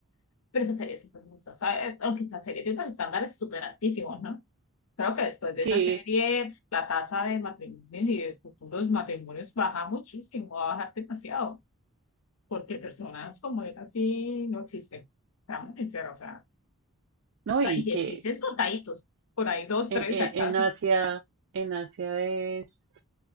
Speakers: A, on the left (about 65°); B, on the right (about 60°).
A: Pero esa serie es súper hermosa, ¿sabes? Aunque esa serie tiene unos estándares súper altísimos, ¿no? Creo que después de
B: Sí,
A: esa serie, pues, la tasa de matrimonios y de futuros matrimonios baja muchísimo, va a bajar demasiado, porque personas como él así no existen. Estamos sinceros, o sea,
B: no,
A: o sea,
B: y
A: y si
B: que
A: existen contaditos, por ahí dos,
B: en,
A: tres
B: en,
A: si acaso.
B: en Asia, en Asia es